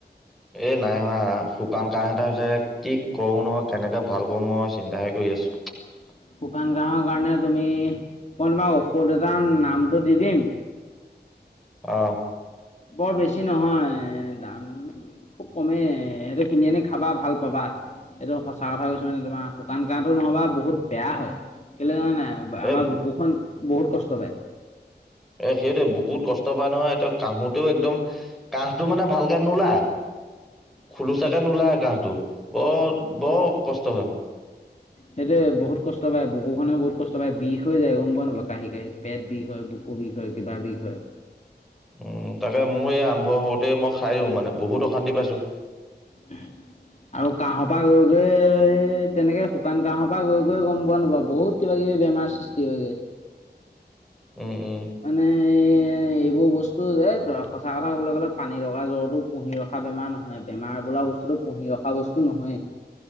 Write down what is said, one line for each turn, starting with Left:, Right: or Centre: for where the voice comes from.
Centre: এ'নাই হোৱা শুকান কাহ এটা হৈছে কি কৰো নহয় কেনেকে ভাল কৰো মই চিন্তাহে কৰিছো। আছো
Left: শুকান কাহৰ কাৰণে তুমি মই তোমাক ঔষধ এটাৰ নামটো দি দিম
Centre: অহ।
Left: বৰ বেছি নহয় দাম খুব কমেই সিহঁতে কিনি আনি খাবা ভাল পাবা। একদম সঁচা কথা কৈছো মানে তোমাক শুকান কাহটো নহবা বহুত বেয়া হয় কেলে জানা নাই আমাৰ
Centre: এ
Left: বুকুখন বহুত কষ্ট পায়।
Centre: এ'সেইটোৱে বুকুত কষ্ট পোৱা নহয় কাহোতেও একদম কাহটো মানে ভালকে নোলায়। খোলোচাকে নোলায় কাহটো বৰ -বৰ কষ্ট হয়।
Left: সেইটোয়ে বহুত কষ্ট পায় বুকু খনে বহুত কষ্ট পায় বিষ হৈ যায় গম পোৱা নোপোৱা কাহি- কাহি পেট বিষ হয় বুকু বুকো বিষ হয় কিবা বিষ হয়।
Centre: উম, তাকে মোৰ এই আৰম্ভ হওতে মই খাই দিও মানে বহুত অশান্তি পাইছো।
Left: এহ আৰু কাহৰ পৰা গৈ -গৈ তেনেকে শুকান কাহৰ পৰা গৈ -গৈ গম পোৱা নোপোৱা বহুত কিবা -কিবি ই বেমাৰ সৃষ্টি হৈ যাই।
Centre: উম উম
Left: মানে এ' এইবোৰ বস্তু যে এই সঁচা কথা কবলৈ গলে পানী লগা জ্বৰতো পুহি ৰখা বেমাৰ নহয় বেমাৰ বোলা বস্তুটো পুহি ৰখা বস্তু নহয়েই